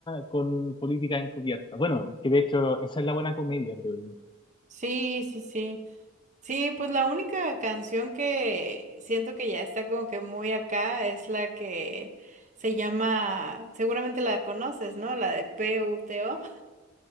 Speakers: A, on the left; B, on the right.
A: con política encubierta. Bueno, que de hecho esa es la buena comedia, creo yo.
B: Sí, sí, sí. Sí, pues la única canción que siento que ya está como que muy acá es la que se llama, seguramente la conoces, ¿no? La de PUTO.